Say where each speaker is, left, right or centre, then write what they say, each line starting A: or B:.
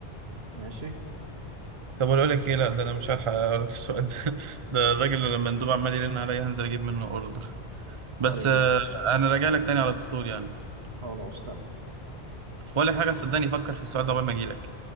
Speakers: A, on the right (about 70°); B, on the right (about 40°).
A: ماشي
B: طب اقول لك ايه لا ده انا مش هلحق اقول لك السؤال ده <laughs> ده الراجل اللي لما المندوب عمال يرن عليا هنزل اجيب منه اوردر بس
A: طيب
B: آه، انا راجع لك تاني على طول يعني
A: خلاص تمام
B: فاقول لك حاجه صدقني فكر في السؤال ده قبل ما اجي لك